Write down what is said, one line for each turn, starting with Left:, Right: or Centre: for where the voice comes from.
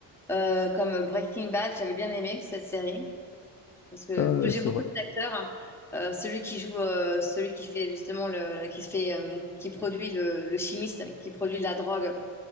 Centre: euh, comme Breaking Bad. J'avais bien aimé cette série. Parce que,
Left: euh,
Centre: en plus, j'aime
Left: c'est
Centre: beaucoup
Left: vrai.
Centre: cet acteur. hein. Euh, celui qui joue, euh, celui qui fait justement le, qui fait, euh, qui produit le, le chimiste, qui produit de la drogue.